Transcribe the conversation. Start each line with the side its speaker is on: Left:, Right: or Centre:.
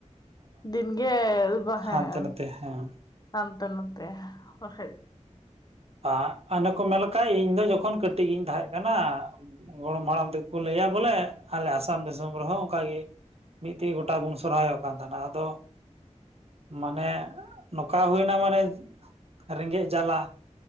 Left: ᱫᱤᱱ ᱜᱮ ᱵᱟ ᱦᱮᱸ
Right: ᱦᱟᱱᱛᱮ ᱱᱟᱛᱮ ᱦᱮᱸ
Left: <inaudible> ᱦᱟᱱᱛᱮ-ᱱᱟᱛᱮ ᱵᱟᱠᱷᱟᱡ
Right: ᱟᱜ ᱟᱱᱮ ᱠᱚ ᱢᱮᱞ ᱠᱟᱜ ᱤᱧ ᱫᱚ ᱡᱚᱠᱷᱚᱱ ᱠᱟᱹᱴᱤᱡ ᱜᱤᱧ ᱛᱟᱦᱮᱸᱜ ᱠᱟᱱᱟ ᱜᱚᱲᱚᱢ ᱦᱟᱲᱟᱢ ᱛᱮ ᱠᱚ ᱞᱟᱹᱭᱟ ᱵᱚᱞᱮ ᱟᱞᱮ ᱟᱥᱟᱢ ᱫᱤᱥᱚᱢ ᱨᱮ ᱦᱚᱸ ᱚᱝᱠᱟ ᱜᱮ᱾ ᱢᱤᱫ ᱛᱮᱜᱮ ᱜᱚᱴᱟ ᱵᱚᱱ ᱥᱚᱨᱦᱟᱭᱚᱜ ᱠᱟᱱ ᱛᱟᱦᱮᱱᱟ ᱟᱫᱚ ᱢᱟᱱᱮ ᱱᱚᱝᱠᱟ ᱦᱩᱭᱮᱱᱟ ᱢᱟᱱᱮ ᱨᱮᱸᱜᱮᱡ ᱡᱟᱞᱟ